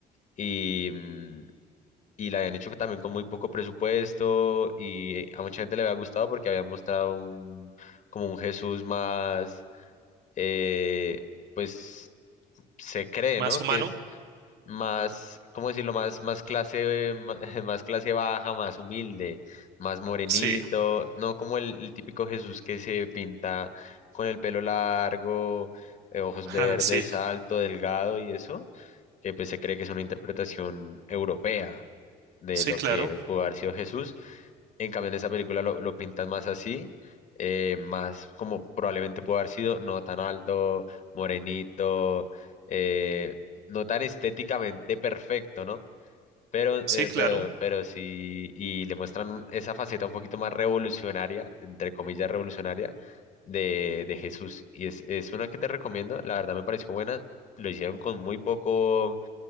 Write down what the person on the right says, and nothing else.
¿Más
humano?
Sí,
ajá,
sí,
sí,
claro,
sí,
claro,